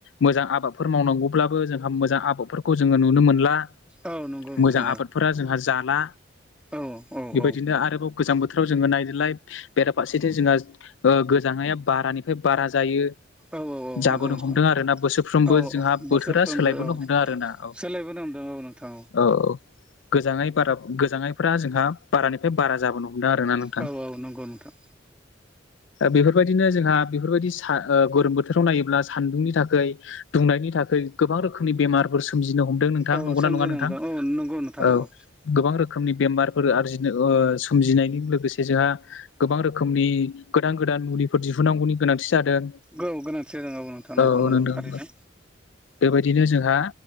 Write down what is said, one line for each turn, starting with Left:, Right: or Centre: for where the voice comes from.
Left: मोजां आबादफोर मावनांगौब्लाबो जोंहा मोजां आबादफोरखौ जोङो नुनो मोनला
Centre: औ नंगौ नोंथां
Left: मोजां आबादफोरा जोंहा जाला
Centre: औ औ
Left: बेबायदिनो
Centre: औ
Left: आरोबाव गोजां बोथोराव जोङो नायदोलाय बेराफारसेथिं जोंहा गोजांनाया बारानिफ्राय बारा जायो
Centre: औ औ
Left: जाबोनो
Centre: नंगौ नोंथां
Left: हमदों आरो ना बोसोरफ्रोमबो
Centre: औ
Left: जोंहा
Centre: औ
Left: बोथोरा
Centre: बोसोरफ्रोमबो
Left: सोलायबोनो
Centre: औ
Left: हमदों आरोना औ
Centre: सोलायबोनो हमदों औ नोंथां
Left: औ औ गोजाङै बारा गोजाङैफ्रा जोंहा बारानिफ्राय बारा जाबोनो हमदों आरोना नोंथां
Centre: औ औ नंगौ नोंथां
Left: बेफोरबायदिनो जोंहा बेफोरबायदि स गोलोम बोथोराव नायोब्ला सान्दुंनि थाखाय दुंनायनि थाखाय गोबां रोखोमनि बेमारफोर सोमजिनो हम नोंथां
Centre: औ
Left: नंगौना
Centre: सोमजिनो
Left: नङा नोंथां
Centre: हमदों औ नंगौ नोंथां
Left: औ
Centre: नंगौ
Left: गोबां रोखोमनि बेमारफोर आरजिनो सोमजिनायजों लोगोसे जोंहा गोबां रोखोमनि गोदान गोदान मुलि फोर दिहुनांगौनि गोनांथि जादों
Centre: औ गोनांथि जादों नोंथां नंगौ
Left: औ
Centre: नंगौ
Left: नोंदों
Centre: थारैनो
Left: बेबायदिनो जोंहा